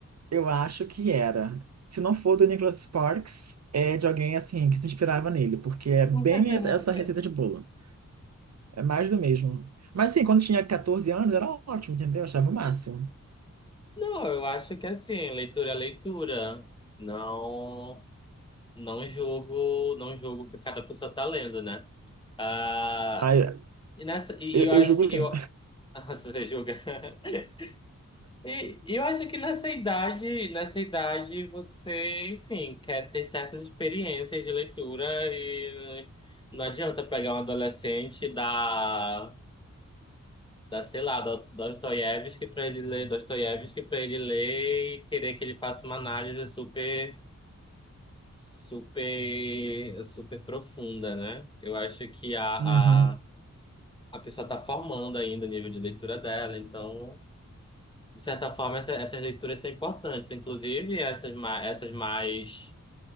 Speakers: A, on the right (about 55°); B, on the left (about 15°).
A: Eu acho que era. Se não for do Nicholas Sparks, é de alguém assim que se inspirava nele, porque é bem
B: <laughs>
A: es- essa receita de bolo. É mais do mesmo. Mas assim, quando tinha 14 anos era ótimo, entendeu? Eu achava o máximo.
B: Não, eu acho que é assim, leitura é leitura. Não, não julgo, não julgo o que cada pessoa tá lendo, né? Ah,
A: Aí,
B: e nessa, e
A: eu,
B: eu
A: eu
B: acho
A: julgo
B: que
A: assim.
B: eu, <laughs> se você julga. <laughs> E e eu acho que nessa idade, nessa idade você, enfim, quer ter certas experiências de leitura e não adianta pegar um adolescente da, da sei lá, do Dostoiévski para ele ler, Dostoiévski para ele ler e querer que ele faça uma análise super, super, super profunda, né? Eu acho que a,
A: Uhum.
B: a, a pessoa está formando ainda o nível de leitura dela, então De certa forma, essa- essas leituras são importantes, inclusive essas, ma- essas mais